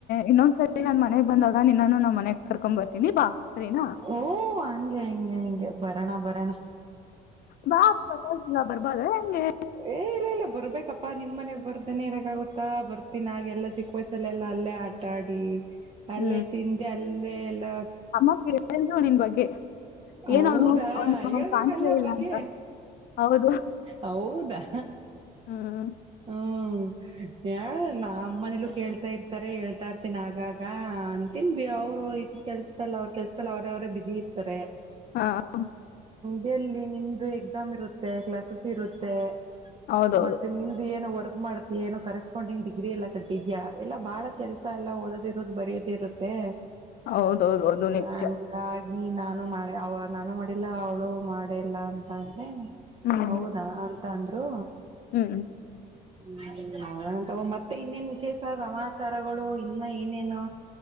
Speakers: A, on the left; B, on the right.
A: ಇನ್ನೊಂದ್ಸರಿ ನಾನ್ ಮನೆಗ್ ಬಂದಾಗ ನಿನ್ನನು ಮನೆಗ್ ಕರ್ಕೊಂಡ್ ಬರ್ತೀನಿ ಬಾ ಸರಿನಾ
B: ಓ ಹಂಗೆ ಹಂಗೆ ಹಿಂಗೆ ಬರಣ ಬರಣ
A: ಬಾ ಪರವಾಗಿಲ್ಲ ಬರ್ಬಾರದಾ ಹೆಂಗೆ
B: ಏ ಇಲ್ಲ ಇಲ್ಲ ಬರ್ಬೇಕಪ್ಪಾ ನಿಮ್ ಮನೆಗ್ ಬರ್ದೇನೆ ಇರಕ್ಕಾಗುತ್ತಾ ಬರ್ತೀನಿ ಆಗೆಲ್ಲ ಚಿಕ್ಕ ವಯಸಲ್ಲೆಲ್ಲ ಅಲ್ಲೇ ಆ ಆಟ ಆಡಿ ಅಲ್ಲೇ
A: ಹ್ಮ್
B: ತಿಂದಿ ಅಲ್ಲೆ ಎಲ್ಲ
A: ಅಮ್ಮ ಕೇಳಿದ್ರು ನಿನ್ ಬಗ್ಗೆ
B: ಹೌದಾ
A: ಏನ್ ಅವ್ನು ಅವ್ನು
B: ಹೇಳ್ಬಕಲ್ಲ
A: ಕಾಣ್ಸ್ಲೇ ಇಲ್ಲ
B: ಬಗ್ಗೆ
A: ಅಂತ ಹೌದು
B: ಹೌದಾ
A: ಹ್ಮ
B: ಹ್ಮ ಯ ನಮ್ಮನೆಲೂ ಕೇಳ್ತಾ ಇರ್ತಾರೆ ಹೇಳ್ತಾ ಇರ್ತನ್ ಆಗಾಗ ಅಂತೀನ್ ಬೆ ಅವ್ರು ಕೆಲ್ಸ್ದಲ್ಲ ಅವರ್ ಕೆಲ್ಸದಲ್ ಅವ್ರ ಅವರೇ ಬಿಜಿ ಇರ್ತಾರೆ
A: ಹಾ
B: ಗೆಲ್ಲಿ ನಿಂದು ಎಕ್ಸಾಮ್ ಇರುತ್ತೆ ಕ್ಲಾಸಸ್ ಇರುತ್ತೆ
A: ಹೌದೌದು
B: ಮತ್ತೆ ನಿಂ ದು ಏನೋ ವರ್ಕ್ ಮಾಡ್ತಿ ಏನೋ ಕರೆಸ್ಪಾಂಡಿಂಗ್ ಡಿಗ್ರಿ ಎಲ್ಲ ಕಟ್ಟಿದ್ಯಾ ಎಲ್ಲ ಬಹಳ ಕೆಲ್ಸ ಎಲ್ಲ ಓದದ್ ಇರೋದು ಬರಯದೇ ಇರುತ್ತ ತೇ
A: ಹೌದೌದು ಅದು ನಿಜ
B: ಹಂಗ್ ಹಂಗಾಗಿ ನಾನು ಮಾಡ ಅವ ನಾನು ಮಾಡಿಲ್ಲ ಅವಳು ಮಾಡೆಯಿಲ್ಲ ಅಂತ ಅಂದೆ
A: ಹ್ಮ್
B: ಹೌದಾ ಅಂತ ಅಂದ್ರು
A: ಹ್ಮ್
B: ಹ ನೋಡಣ ತೋಗೋ ಮತ್ತೆ ಇನ್ನೇನ್ ವಿಶೇಷ ಸಮಾಚಾರಗಳು ಇನ್ನ ಏನೇನು